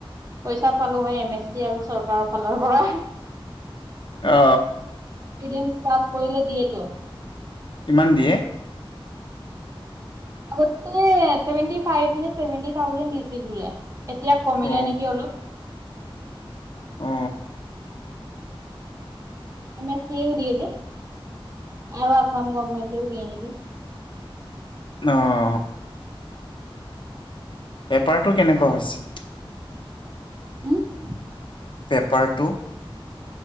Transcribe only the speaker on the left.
অ।
ইমান দিয়ে
অ
অ
অহ এপাৰটো কেনেকুৱা হৈছে।
পেপাৰটো